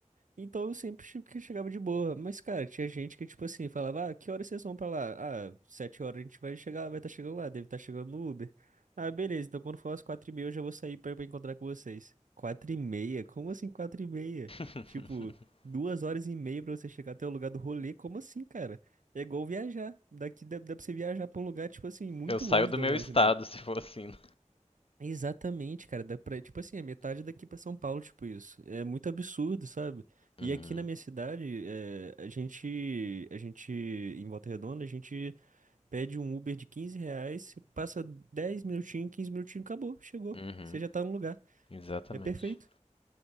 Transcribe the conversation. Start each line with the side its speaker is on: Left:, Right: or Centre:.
Right: Então eu sempre che- que chegava de boa. Mas, cara, tinha gente que, tipo assim, falava, ah, que horas vocês vão pra lá? Ah, sete horas a gente vai chegar, vai estar chegando lá, deve estar chegando no Uber. Ah, beleza, então quando for às quatro e meia eu já vou sair pra, pra encontrar com vocês. Quatro e meia? Como assim quatro e meia?
Left: <laughs>
Right: Tipo, duas horas e meia pra você chegar até o lugar do rolê? Como assim, cara? É igual viajar. Daqui dá, dá pra você viajar pra um lugar, tipo assim, muito
Left: Eu saio
Right: longe,
Left: do
Right: duas
Left: meu
Right: horas
Left: estado
Right: e meia.
Left: se for assim.
Right: Exatamente, cara. Dá pra, tipo assim, é metade daqui pra São Paulo, tipo isso. É muito absurdo, sabe? E
Left: Uhum.
Right: aqui na minha cidade, é, a gente, a gente, em Volta Redonda, a gente pede um Uber de 15 reais, você passa 10 minutinhos, 15 minutinhos, acabou, chegou.
Left: Uhum,
Right: Você já tá no lugar.
Left: exatamente.
Right: É perfeito.